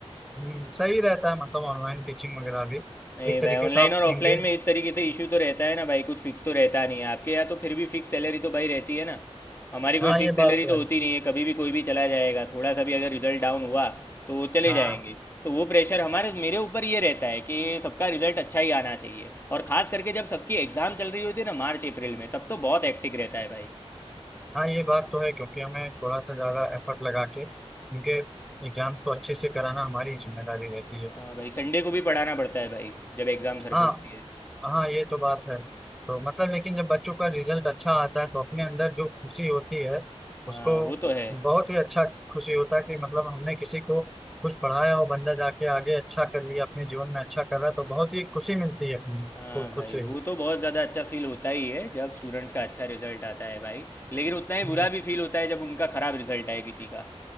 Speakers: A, in the centre; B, on the left.
A: हम्म, सही रहता है मतलब ऑनलाइन टीचिंग वगैरह भी
B: नहीं
A: एक तरीके
B: भाई ऑनलाइन
A: से आप
B: और ऑफलाइन
A: इंगेज
B: में इस तरीके से इशू तो रहता है ना भाई कुछ फिक्स तो रहता नहीं है आपके यहाँ तो फिर भी फिक्स सैलरी तो भाई रहती है ना हमारी कोई
A: हाँ
B: फिक्स
A: ये
B: सैलरी
A: बात तो
B: तो
A: है
B: होती नहीं है कभी भी कोई भी चला जाएगा थोड़ा सा भी अगर रिजल्ट डाउन हुआ तो वो चले
A: हाँ
B: जाएंगे तो वो प्रेशर हमारे मेरे ऊपर ये रहता है कि सबका रिजल्ट अच्छा ही आना चाहिए और खास करके जब सबकी एग्जाम चल रही होती है ना मार्च अप्रैल में तब तो बहुत हेक्टिक रहता है भाई
A: हाँ ये बात तो है क्योंकि हमें थोड़ा सा ज़्यादा एफर्ट लगा के उनके एग्जाम को अच्छे से कराना हमारी जिम्मेदारी रहती है
B: हाँ भाई संडे को भी पढ़ाना पड़ता है भाई जब एग्जाम सर
A: हाँ
B: पे होती है
A: हाँ ये तो बात है तो मतलब लेकिन जब बच्चों का रिजल्ट अच्छा आता है तो अपने अंदर जो खुशी होती है
B: हाँ
A: उसको
B: वो तो है
A: बहुत ही अच्छा खुशी होता है कि मतलब हमने किसी को कुछ पढ़ाया और बंदा जाके आगे अच्छा कर लिया अपने जीवन में अच्छा कर रहा है तो बहुत ही खुशी मिलती है अपनी
B: हाँ
A: को
B: भाई
A: खुद से
B: वो तो बहुत ज़्यादा अच्छा फील होता ही है जब स्टूडेंट्स का अच्छा रिजल्ट आता है भाई लेकिन उतना ही
A: हम्म
B: बुरा भी फील होता है जब उनका ख़राब रिजल्ट आए किसी का